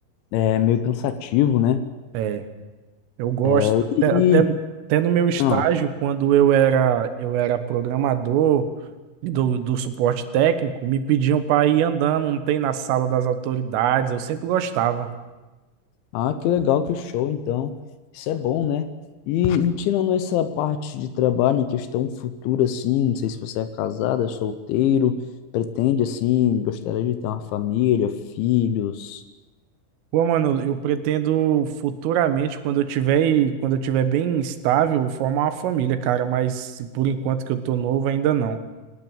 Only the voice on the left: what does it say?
É meio cansativo, né?
É, e,
ah,
ah, que legal, que show, então. Isso é bom, né? E, e tirando essa parte de trabalho em questão futura, assim, não sei se você é casada, solteiro, pretende, assim, gostaria de ter uma família, filhos,